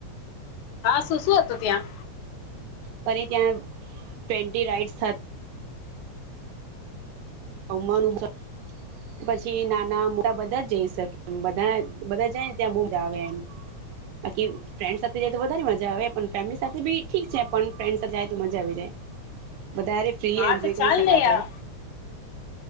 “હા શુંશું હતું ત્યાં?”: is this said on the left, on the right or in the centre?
Left